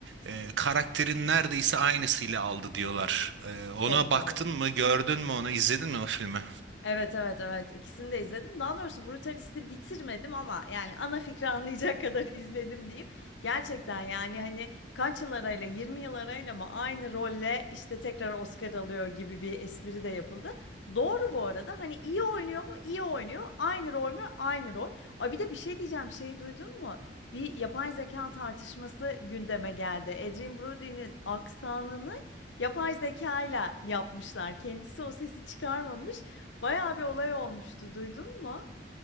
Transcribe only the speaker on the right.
e, karakterin neredeyse aynısıyla aldı diyorlar. E, ona
baktın
mı, gördün mü onu, izledin mi o filmi?